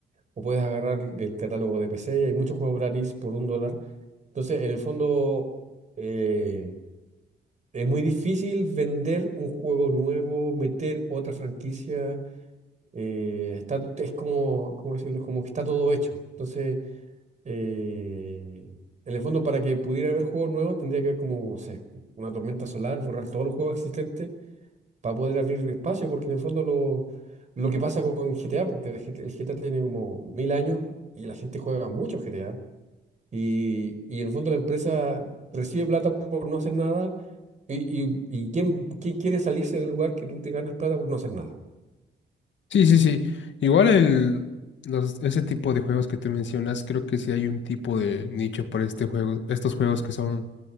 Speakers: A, on the right; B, on the left.
A: O puedes agarrar el el catálogo de PC y hay muchos juegos gratis por un dólar. Entonces, en el fondo, eh, es muy difícil vender un juego nuevo, meter otra franquicia. eh, está, es como, ¿cómo decirlo? Como que está todo hecho. Entonces eh, en el fondo, para que pudiera haber juegos nuevos, tendría que haber como, no sé, una tormenta solar, borrar todos los juegos existentes para poder abrir espacio, porque en el fondo lo, lo que pasa con GTA, porque el GT- el GTA tiene como mil años y la gente juega mucho GTA, y, y en el fondo la empresa recibe plata por no hacer nada, y, y, y ¿quién, quién quiere salirse del lugar que tú te ganas plata por no hacer nada?
B: Sí, sí, sí. Igual el, los, ese tipo de juegos que tú mencionas, creo que sí hay un tipo de nicho para este juego, estos juegos que son